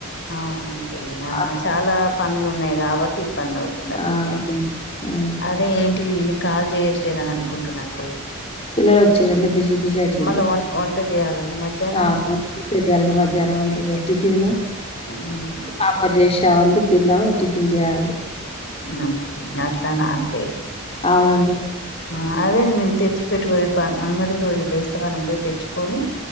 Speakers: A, on the left; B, on the left.
A: అవునండి ఆహా
B: ఆ
A: చాలా పనులు ఉన్నాయి కాబట్టి ఇబ్బంది అవుతుంది నటుంది
B: అవునండి. ఆ
A: అదే ఏంటి ఈయన కాల్ చేయట్లేదని అనుకుంటున్నాండి
B: పిల్లలు వచ్చిరండి బిజీ బిజీ అయితుంది
A: మళ్ళీ వం వంట చేయాలండి మధ్యాహ్నానికి
B: పాపం కూర చేయాలంటే <unintelligible> మధ్యాహ్నం ఉంటది టిఫిన్
A: ఆమ్
B: ఆఫర్ చేసావంటే తిన్నాము టిఫిన్ చేయాలి
A: ఆ హా అట్ల నా అండి
B: అవునండి
A: ఆ అదేండి మేము తెచ్చి పెట్టుకో రేపు అంగడి రోజు బేస్తవారం పోయి తెచ్చుకొని